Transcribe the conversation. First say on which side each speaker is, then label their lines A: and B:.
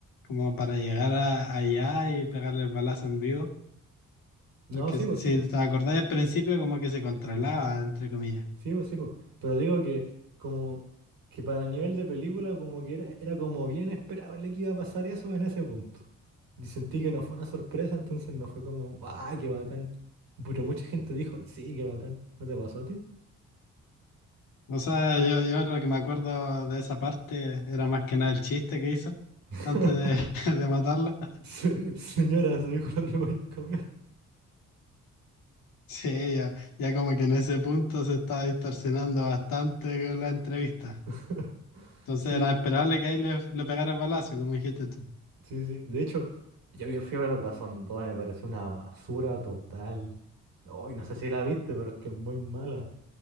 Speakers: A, on the left; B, on the right.
A: como para llegar a- allá y pegarle el balazo en vivo.
B: No,
A: Porque
B: sí,
A: si
B: pues sí, pues.
A: te acordás al principio, como que se controlaba, entre comillas.
B: Sí, pues sí, pues. Pero digo que como que para el nivel de película como que era, era como bien esperable que iba a pasar eso en ese punto. Y sentí que no fue una sorpresa, entonces no fue como, ¡ah, qué bacán! Pero mucha gente dijo, sí, qué bacán. ¿No te pasó a ti?
A: O sea, yo, yo lo que me acuerdo de esa parte era más que nada el chiste que hizo
B: <laughs>
A: antes de, <laughs> de matarla.
B: Se- Señora, su hijo lo atropelló un camión.
A: Sí, ya, ya como que en ese punto se estaba distorsionando bastante con la entrevista.
B: <laughs>
A: Entonces
B: Sí,
A: era
B: sí,
A: esperable que ahí le, le pegara el balazo, como dijiste tú.
B: sí, sí. De hecho, yo vi- fui a ver el Guasón 2, me pareció una basura total. No, y no sé si la viste, pero es que es muy mala.